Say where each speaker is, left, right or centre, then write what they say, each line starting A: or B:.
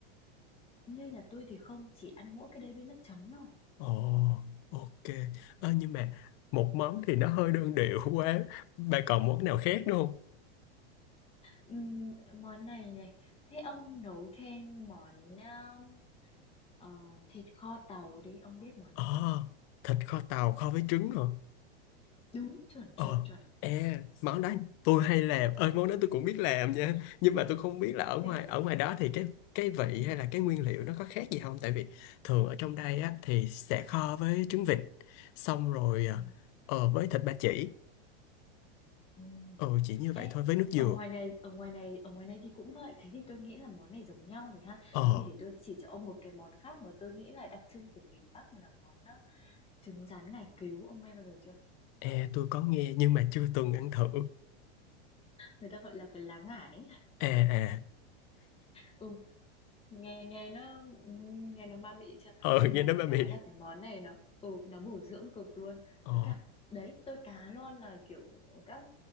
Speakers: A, on the left; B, on the left.
A: Như nhà tôi thì không, chỉ ăn mỗi cái đấy với nước chấm thôi.
B: Ồ, ok. Ơ, nhưng mà một món thì nó hơi đơn điệu quá. Bà còn món nào khác nữa không?
A: Ừm, món này này, thế ông nấu thêm món à, ờ, thịt kho tàu đi, ông biết món
B: Ờ,
A: này không?
B: thịt kho tàu kho với trứng hả?
A: Đúng, chuẩn,
B: Ờ,
A: chuẩn, chuẩn.
B: e, món đó tôi hay làm. Ơi, món đó tôi cũng biết làm nha. Nhưng mà tôi không biết là ở ngoài
A: thế á
B: ở ngoài đó thì cái cái vị hay là cái nguyên liệu nó có khác gì không? Tại vì thường ở trong đây á thì sẽ kho với trứng vịt, xong rồi ờ,
A: Ừm,
B: ờ, với thịt ba chỉ.
A: ừm.
B: Ờ, chỉ như
A: Ê,
B: vậy thôi với nước dừa.
A: ở ngoài này, ở ngoài này, ở ngoài này thì cũng vậy. Thế thì tôi nghĩ là món này giống nhau rồi ha.
B: Ờ
A: Thế thì để tôi chỉ cho ông một cái món khác mà tôi nghĩ là đặc trưng của miền Bắc là món ờ, trứng rán ngải cứu. Ông nghe bao giờ chưa?
B: À, tôi có nghe nhưng mà chưa từng ăn thử.
A: Người ta gọi là cái lá ngải ấy.
B: À à,
A: Ừ, Nghe nghe nó ừm, nghe nó ma mị chưa?
B: ờ <laughs>
A: Nhưng
B: nghe
A: mà
B: nói
A: được
B: mà bị.
A: cái là cái món này nó ừ, nó bổ dưỡng cực luôn.
B: Ờ,
A: Với cả đấy, tôi cá luôn là kiểu các